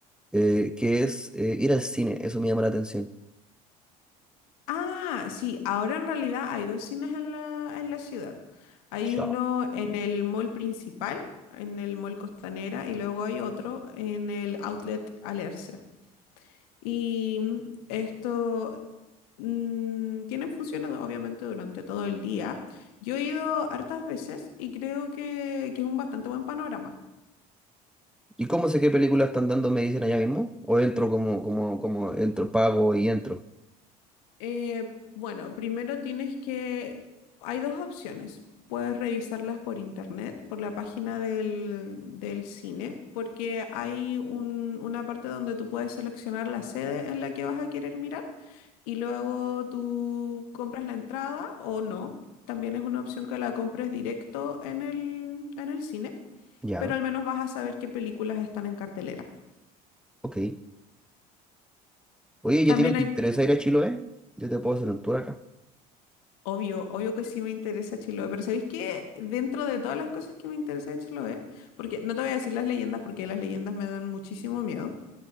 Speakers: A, in the centre; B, on the left.
A: eh, que es eh, ir al cine, eso me llama la atención.
B: ah, sí, ahora en realidad hay dos cines en la, en la ciudad. Hay
A: Ya.
B: uno en el mall principal, en el mall Costanera, y luego hay otro en el outlet Alerce. Y mm, esto mm, tiene funciones obviamente durante todo el día. Yo he ido hartas veces y creo que, que es un bastante buen panorama.
A: ¿Y cómo sé qué películas están dando, me dicen allá mismo? ¿O entro como, como, como, entro, pago y entro?
B: Eh, bueno, primero tienes que... Hay dos opciones. Puedes revisarlas por internet, por la página del, del cine, porque hay un- una parte donde tú puedes seleccionar la sede en la que vas a querer mirar y luego tú compras la entrada o no. También es una opción que la compres directo en el, en el cine,
A: Ya,
B: pero al menos vas a saber qué películas están en cartelera.
A: ok. Oye, ¿y
B: También
A: a ti no te
B: hay
A: interesa ir a Chiloé? Yo te puedo hacer un tour acá,
B: Obvio, obvio que sí me interesa Chiloé, pero ¿sabéis qué? Dentro de todas las cosas que me interesa de Chiloé, porque no te voy a decir las leyendas porque las leyendas me dan muchísimo miedo,